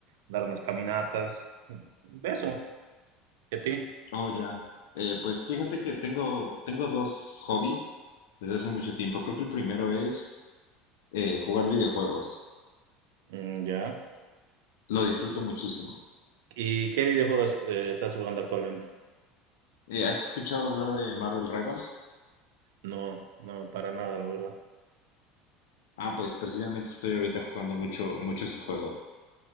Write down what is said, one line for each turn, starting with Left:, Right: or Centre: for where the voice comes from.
Right: dar unas caminatas. Beso, ¿y a ti?
Left: Oh, ya. Eh, pues fíjate que tengo, tengo dos hobbies desde hace mucho tiempo. Creo que el primero es eh, jugar videojuegos.
Right: Mm, ya.
Left: Lo disfruto muchísimo.
Right: ¿Y qué videojuegos eh, estás jugando actualmente?
Left: Eh, ¿has escuchado hablar de Marvel Rivals?
Right: No, no, para nada, la verdad.
Left: Ah, pues precisamente estoy ahorita jugando mucho, mucho este juego.